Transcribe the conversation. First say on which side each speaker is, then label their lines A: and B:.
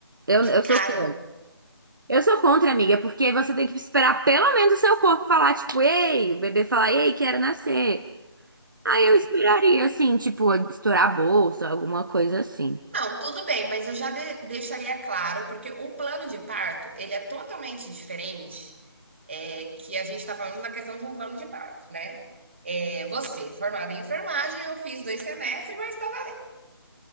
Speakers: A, on the right (about 50°); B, on the right (about 25°).
A: Eu,
B: de
A: eu
B: cara.
A: sou contra. Eu sou contra, amiga, porque você tem que esperar pelo menos o seu corpo falar, tipo, ei, o bebê falar, ei, quero nascer. Aí eu esperaria, assim, tipo, estourar a bolsa, alguma coisa assim.
B: Não, tudo bem, mas eu já de- deixaria claro, porque o plano de parto, ele é totalmente diferente, é, que a gente está falando na questão de um plano de parto, né? É, você, formada em enfermagem, eu fiz dois semestres, mas estava...